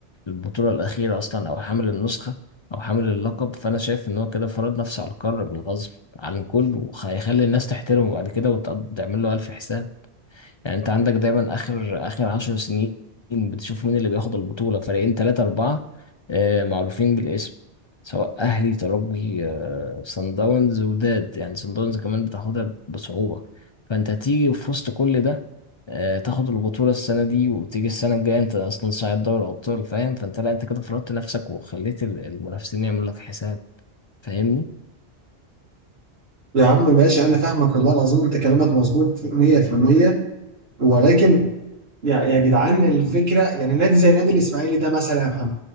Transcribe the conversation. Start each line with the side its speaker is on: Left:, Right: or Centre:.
Left: البطوله الاخيره اصلا او حامل النسخه او حامل اللقب فانا شايف ان هو كده فرض نفسه على القرار بالغصب عن الكل وهيخلي الناس تحترمه بعد كده وتعمل له الف حساب يعني انت عندك دايما اخر اخر عشر سنين بتشوف مين اللي بياخد البطولة فريقين ثلاثة أربعة آه، معروفين بالاسم سواء أهلي ترجي آه، صن داونز وداد يعني صن داونز كمان بتاخدها بصعوبة فأنت تيجي في وسط كل ده آه، تاخد البطولة السنة دي وتيجي السنة الجاية أنت أصلا صاعد دوري أبطال فاهم فأنت لا أنت كده فرضت نفسك وخليت ال- المنافسين يعملوا لك حساب فاهمني
Right: يا عم ماشي انا فاهمك والله العظيم انت كلامك مظبوط 100% ولكن يا يا جدعان الفكره يعني نادي زي نادي الاسماعيلي ده مثلا يا محمد